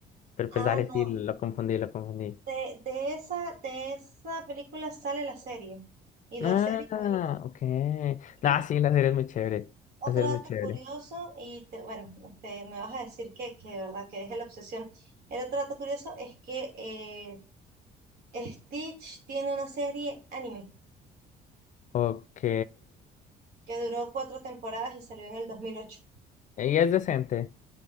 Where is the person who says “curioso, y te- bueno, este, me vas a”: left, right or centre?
Right